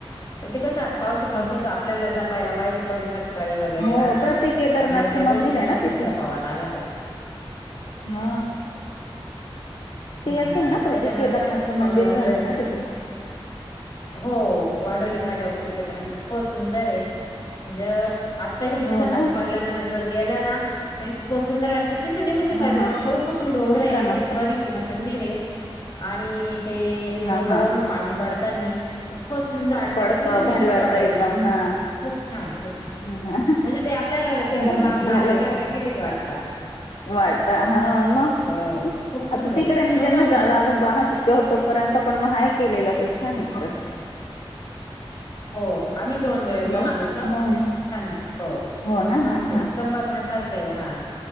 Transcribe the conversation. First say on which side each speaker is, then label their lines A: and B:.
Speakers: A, on the left; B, on the left.
A: पण ते कसं आता पावसा पावसाच,
B: हा
A: आपल्याला जपायला पाहिजे, थोडेस सकाळी वगैरे
B: हो
A: राहते,
B: प्रति केदारनाथचं
A: त्यामुळे त्या गोष्टी
B: मंदिर आहे
A: पण
B: ना
A: खूप
B: तिथे
A: जपावा्या लागत, त्या
B: हा ते
A: हम्म,
B: याच आहे ना
A: आणि
B: प्रति
A: त्याच्यानंतर
B: केदारनाथचं मंदिर झालंय
A: प्रतिक
B: ना तिकडे
A: हो, वाडोली फाट्यापताना इतकं सुंदर आहे म्हणजे आत्ताही दिवसात
B: हो ना
A: पाऊस पडल्यानंतर जर गेला ना तर इतकं सुंदर वाटत त निघूशीच
B: हा
A: वाट
B: हा
A: चौकून डोंगर
B: खूप
A: आहे,
B: छान वाटत
A: मध कि मंदिर आहे, आणि ते
B: हा
A: डोंगरावरून
B: हा
A: पाणी पडतानी इतकं सुंदर वाटतो,
B: पडत
A: का तिथं
B: भारी
A: न्यूशीिच वाटत
B: एकदम
A: नाही.
B: हा.
A: खूप छान खूप छान
B: हा हा.
A: म्हणजे, ते आपल्याला के
B: नाही
A: जर नातला
B: ना भारी
A: आल्यासारख्या फिलिंग वाटतं
B: वाटत, हा मग
A: हो खूप सुंदर
B: आता तिकडे
A: आहे छोट
B: ज्यांना,
A: म्हणजे
B: जास्त अजून जाणं शक्य होतो, पर्यंत पण मग हेय केलेलं, ते छान आहे, खरं
A: हो, आम्ही दोन वेळेस
B: हॅलो
A: जाऊन आलोत,
B: हो
A: छान हो
B: हो ना
A: मस्त
B: हा
A: आहे
B: हा
A: बघण्यासारखं आहे, हा